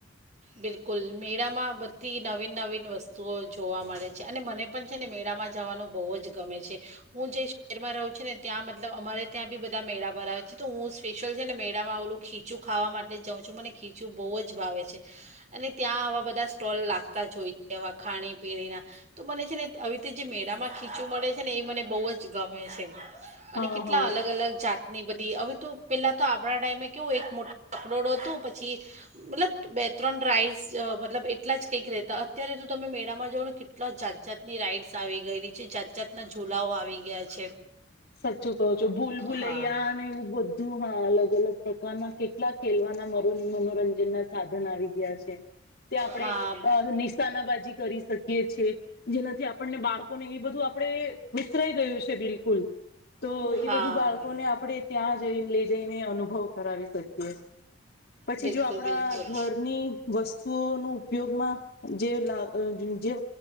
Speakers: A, on the right (about 35°); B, on the left (about 55°).
A: બિલકુલ મેળામાં બધી નવીન નવીન વસ્તુઓ જોવા મળે છે અને મને પણ છે ને મેળામાં જવાનું બહુ જ ગમે છે, હું જે શહેરમાં રહું છું ને ત્યાં મતલબ અમારે ત્યાં બી બધા મેળા ભરાવે છે તો હું સ્પેશિયલ છે ને મેળામાં ઓલું ખીચું ખાવા માટે જ જાઉં છું મને ખીચું બહુ જ ભાવે છે. અને ત્યાં આવા બધા સ્ટોલ લાગતા જ હોય છેવા ખાણી પીણીના તો મને છે ને આવી રીતે જે મેળામાં ખીચું મળે છે ને એ મને બહુ જ ગમે છે.
B: હા
A: અને કેટલા
B: હા
A: અલગ અલગ જાતની બધી હવે તો પેલા. તો આપણા ટાઈમે કેવું એક મોટો કકડોડો હતું પછી મતલબ. બે ત્રણ રાઇડ્સ મતલબ એટલા જ કંઈક રહેતા અત્યારે તો તમે મેળામાં જાઓ ને કેટલા જાત જાતની રાઇડ્સ આવી ગયેલી છે, જાત જાતના ઝૂલાઓ આવી ગયા છે.
B: સાચું કહો છો ભૂલ
A: તો
B: ભૂલૈયા
A: હા
B: ને એવું બધું હા અલગ અલગ. પ્રકારના કેટલા ખેલવાના મનોરંજન ના સાધન આવી ગયા છે, ત્યાં
A: હા
B: આપણેે નિશના બાાજી. કરી શકીએ છીએ જેનાથી આપણને બાળ આપ ને એ બધું આપડે. વિસરાઈ ગયું છે બિલકુલ. તો
A: હા
B: એ બધું બાળકોને આપણે ત્યાં. જ લઈ જઈને અનુભવ કરાવી શકીએ છીએ. પછી
A: બિલકુલ
B: જો આપણા
A: બિલકુલ
B: ઘરની વસ્તુ. વતુ ન ઉપયોગમાં જે લાવી જે